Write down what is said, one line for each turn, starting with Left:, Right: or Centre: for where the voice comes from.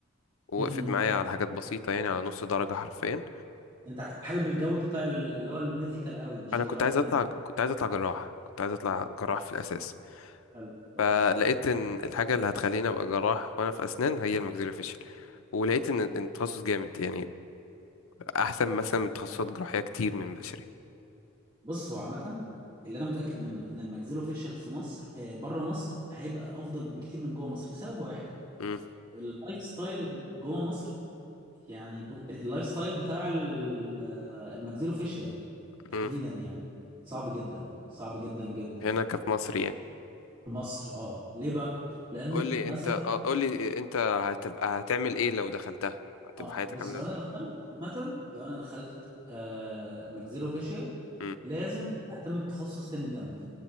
Left: ووقفت
Right: مم.
Left: معايا على حاجات بسيطه يعني على نص درجه حرفيا
Right: انت حابب الجو بتاع ال- اللي هو الميديكال قوي مش
Left: انا
Right: اللي
Left: كنت
Right: هو
Left: عايز
Right: الدنت
Left: اطلع كنت عايز اطلع جراح كنت عايز اطلع جراح في الاساس
Right: حلو كويس
Left: فلقيت ان الحاجه اللي هتخليني ابقى جراح وانا في اسنان هي الماكسيلوفيشل ولقيت ان إن
Right: أوكي.
Left: التخصص جامد يعني احسن مثلا من تخصصات
Right: طيب
Left: جراحيه كتير من بشري
Right: بص هو عامة اللي انا متأكد منه ان الماكسيلوفيشيال في مصر آه بره مصر هيبقى افضل بكتير من جوه مصر لسبب واحد
Left: مم،
Right: اللايف ستايل جوه مصر يعني ب... ب- اللايف ستايل بتاع ال- آه، الماكسيلوفيشيال تحديدا
Left: مم،
Right: يعني صعب
Left: مم.
Right: جدا صعب جدا جدا
Left: هنا كفي مصر يعني
Right: في مصر اه ليه بقى لان
Left: قول لي
Right: مثلا
Left: انت آه، قول لي انت هتبقى هتعمل ايه لو دخلتها هتبقى
Right: اه
Left: حياتك
Right: بص
Left: عامله
Right: لو
Left: ازاي
Right: انا دخلت عامه لو انا دخلت آه ماجزيلو فيشيال
Left: مم،
Right: لازم اهتم بتخصص تاني جنبه